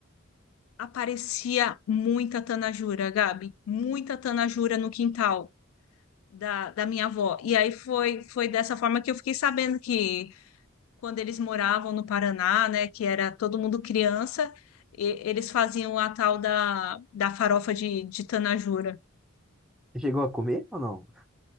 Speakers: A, on the left (about 85°); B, in the centre.
A: Aparecia muita tanajura, Gabi, muita tanajura no quintal da, da minha avó. E aí foi, foi dessa forma que eu fiquei sabendo que quando eles moravam no Paraná, né, que era todo mundo criança, e- eles faziam a tal da, da farofa de, de tanajura.
B: Você chegou a comer ou não?